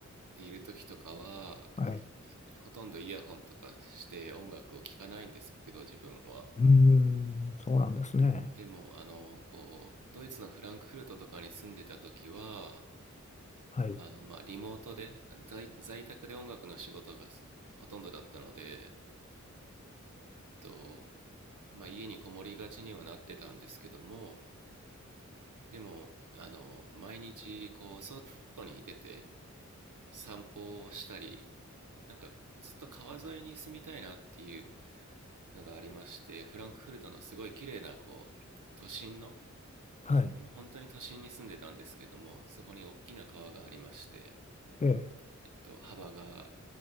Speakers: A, on the right; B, on the left.
A: でいる時とかは、
B: ー、はい。
A: ほとんどイヤホンとかして音楽を聴かないんですけど、自分は。
B: うーん、そうなんですね。
A: でも、あの、こう、ドイツのフランクフルトとかに住んでた時は、
B: はい。
A: あの、まあ、リモートで、在、在宅で音楽の仕事がほとんどだったので、と、まあ、家にこもりがちにはなってたんですけども、でも、あの、毎日、こう、外に出て散歩をしたり、なんかずっと川沿いに住みたいなっていうのがありましてフランクフルトのすごい綺麗なこう都心の
B: はい。
A: もう本当に都心に住んでたんですけどもそこに大きな川がありまして、
B: ええ。
A: えっと、幅が